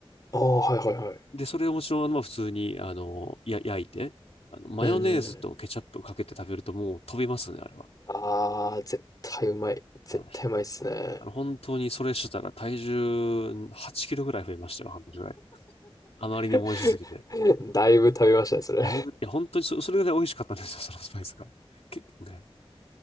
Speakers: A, on the left; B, on the left.
A: ああ、はいはいはい。
B: で、それをもちろん、まあ、普通に、あの、や、焼いて、あの、マヨネーズとケチャップをかけて食べるともう飛びますね、
A: うんうん。
B: あれは。
A: あー、絶対うまい。絶対うまいっすね。
B: あの、ひあの本当にそれしてたら体重8キロぐらい増えましたよ、半年ぐらい。あまりにも美味しすぎて。
A: <laughs> だいぶ食べましたね、それ。
B: だいぶ、いや、本当にそ、それぐらい美味しかったんですよ、そのスパイスが。け、ね、で